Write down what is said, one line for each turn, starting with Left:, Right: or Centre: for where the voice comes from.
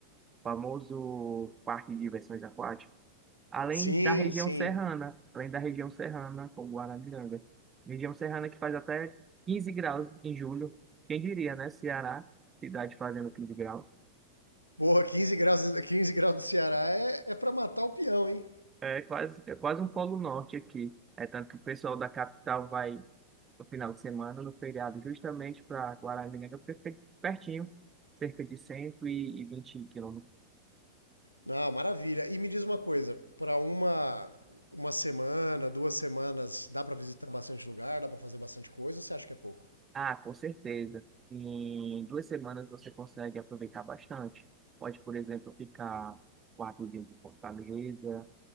Right: famoso parque de diversões aquáticas. Além
Left: Sim,
Right: da região
Left: sim.
Right: serrana, além da região serrana, como Guarabiranga. Região serrana que faz até 15 graus em julho. Quem diria, né? Ceará, cidade fazendo 15 graus.
Left: Boa, 15 graus, <laughs> quinze graus do Ceará é, é para matar o peão, hein?
Right: É quase, é quase um polo norte aqui. É tanto que o pessoal da capital vai no final de semana, no feriado, justamente para Guarabiranga, porque fica pertinho, cerca de 120 quilômetros.
Left: Não, maravilha. E me diz uma coisa, para uma uma semana, duas semanas, dá para visitar bastante lugar, dá para fazer bastante coisa, ou você acha que é pouco?
Right: Ah, com certeza. Em duas semanas você consegue aproveitar bastante. Pode, por exemplo, ficar quatro dias em Fortaleza,